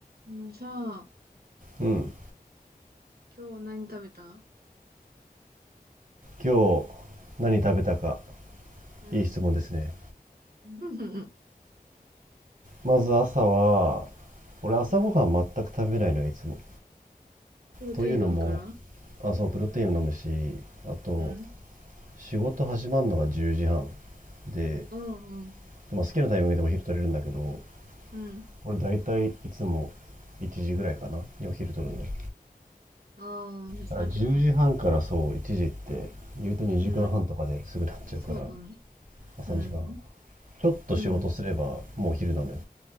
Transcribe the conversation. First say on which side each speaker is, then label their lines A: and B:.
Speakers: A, on the right; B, on the right.
A: うん、さあ、
B: うん。
A: 今日何食べた
B: 今日何食べたか
A: うん。
B: いい質問ですね。
A: <laughs>
B: まず朝は、俺朝ごはん全く食べないのよ、
A: うん。
B: いつも。
A: プロテイン飲むから
B: というのも、あ、そう、プロテインを飲むし、あと、
A: うん。
B: 仕事始まるのが10時半。で、
A: うん、うん。
B: まあ、好きなタイミングでお昼取れるんだけど、
A: うん。
B: 俺大体いつも1時ぐらいかな、にお昼取るんだよ。
A: ああ、じゃあ3時間。
B: だから10時半からそう、1時って、言うと2時間半とかですぐなっちゃうから、
A: うん。そうだね。
B: まあ3時間かんはんか。
A: うん、
B: ちょっと仕事すればもうお昼なのよ。
A: うん。